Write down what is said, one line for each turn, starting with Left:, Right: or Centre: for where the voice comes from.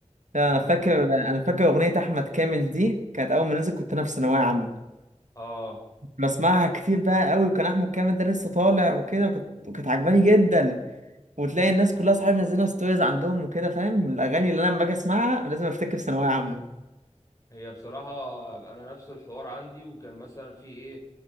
Right: لا
Left: يا
Right: انا فاكر انا فاكر اغنيه احمد كامل دي كانت اول ما نزلت كنت انا في ثانويه عامه
Left: اه
Right: بسمعها كتير بقى قوي وكان احمد كامل ده لسه طالع وكده وكانت وكانت عجباني جدا وتلاقي الناس كلها صحابي منزلها ستوريز عندهم وكده فاهم الاغاني اللي انا لما باجي اسمعها لازم افتكر ثانويه عامه
Left: هي بصراحة أنا نفس الحوار عندي وكان مثلا في إيه